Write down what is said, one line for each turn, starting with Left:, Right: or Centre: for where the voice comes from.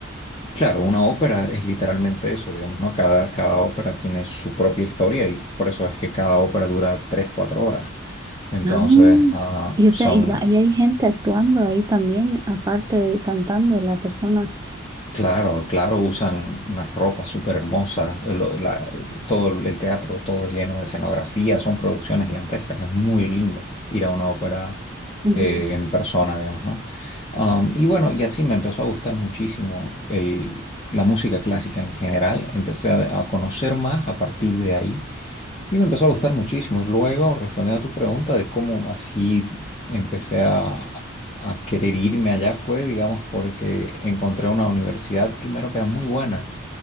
Left: Claro, una ópera es literalmente eso, digamos, ¿no? Cada, cada ópera tiene su propia historia y por eso es que cada ópera dura 3 4 horas. Entonces,
Right: Ah,
Left: ah,
Right: y o
Left: son
Right: sea, y, la, y hay gente actuando ahí también, aparte de cantando la persona.
Left: Claro, claro, usan unas ropas súper hermosas, lo- la- el- todo el el teatro, todo es lleno de escenografía, son producciones gigantescas, es muy lindo ir a una ópera
Right: Ujú,
Left: eh, en persona, digamos, ¿no? Am, y bueno, y así me empezó a gustar muchísimo el- la música clásica en general, empecé a, a conocer más a partir de ahí y me empezó a gustar muchísimo. Y luego, respondiendo a tu pregunta de cómo así empecé a, a querer irme allá, fue, digamos, porque encontré una universidad primero que era muy buena